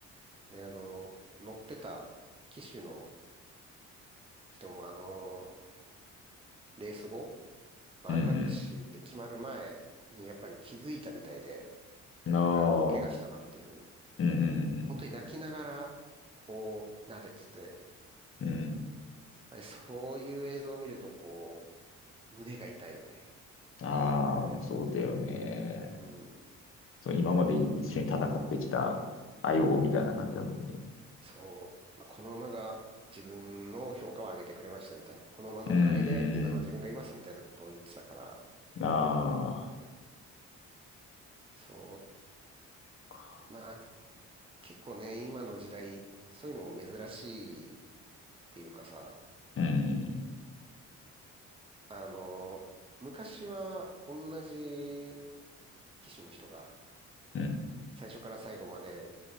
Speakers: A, on the right; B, on the left.
A: で、あの、乗ってた騎手の人もあの、レース後、安楽死って決まる前にやっぱり気づいたみたいで、
B: うん。うん。
A: これは大怪我したなっていうのに、
B: ああ。うん。うん。
A: 本当に泣きながら、こう、撫でてて、やっ
B: うん。うん
A: ぱりそういう映像を見ると、こう、胸が痛いよね。
B: ああ、そうだよね。
A: うん、
B: そう、今まで一緒に戦ってきた相棒みたいな感じだもんね。
A: そう。まあ、この馬が自分の評価を上げてくれましたみたいな。この馬のおかげで今の自分がいますみたいなことを言ってたから、
B: うん。うんあ
A: そ
B: あ。
A: う、まあ結構ね、今の時代、そういうのも珍しいっていうかさ、
B: うん。
A: あの、昔は同じ機種の人が
B: うん。
A: 最初から最後まで